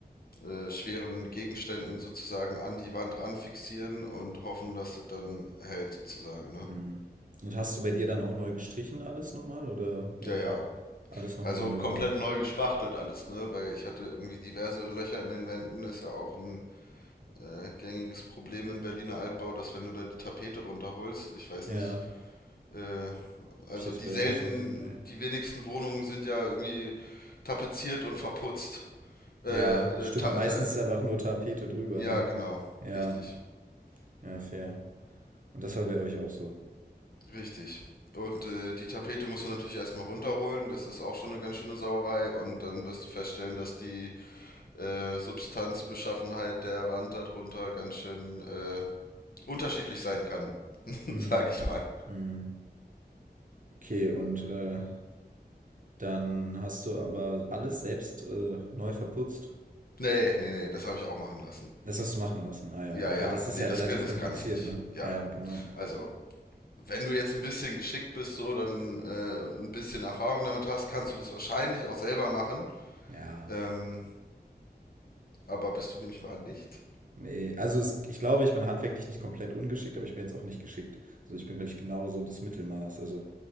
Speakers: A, on the left; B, on the right.
A: äh, schweren Gegenständen sozusagen an die Wand ran fixieren und hoffen, dass das dann hält sozusagen, ne?
B: Hm. Und hast du bei dir dann auch neu gestrichen alles nochmal oder
A: Ja, ja.
B: äh, alles nochmal
A: Also
B: neu
A: komplett
B: gemacht?
A: neu gespachtelt alles, ne? Weil ich hatte irgendwie diverse Löcher in den Wänden, ist ja auch ein äh, gängiges Problem in Berliner Altbau, dass wenn du da die Tapete runterholst, ich weiß
B: Ja.
A: nicht, äh, Also
B: Hab ich jetzt
A: die
B: bei
A: selten,
B: uns noch nie gemacht.
A: die wenigsten Wohnungen sind ja irgendwie tapeziert und verputzt. Äh,
B: Ja, stimmt.
A: äh, ta äh,
B: Meistens
A: ta
B: ist einfach nur Tapete drüber,
A: ja,
B: ne?
A: genau,
B: Ja,
A: richtig,
B: ja, fair. Und das war bei euch auch so.
A: richtig. Und äh, die Tapete musst du natürlich erstmal runterholen, das ist auch schon eine ganz schöne Sauerei und dann wirst du feststellen, dass die äh, Substanzbeschaffenheit der Wand darunter ganz schön äh, unterschiedlich sein kann, <laughs>
B: Hm,
A: sag ich mal.
B: hm. Okay, und äh, dann hast du aber alles selbst äh, neu verputzt.
A: Nee, nee, nee, das habe ich auch machen lassen.
B: Das hast du machen lassen. Ah ja,
A: Ja,
B: ja,
A: ja,
B: weil das ist
A: nee,
B: ja
A: das,
B: relativ
A: kann- das
B: kompliziert,
A: kann ich nicht.
B: ne?
A: Ja,
B: Ja, genau.
A: also wenn du jetzt ein bisschen geschickt bist, so, dann äh, und ein bisschen Erfahrung damit hast, kannst du das wahrscheinlich auch selber machen.
B: Ja,
A: Ähm, aber bist du nämlich mal nicht?
B: nee. Also es, ich glaube, ich bin handwerklich nicht komplett ungeschickt, aber ich bin jetzt auch nicht geschickt. Also ich bin, glaube ich, genau so das Mittelmaß. Also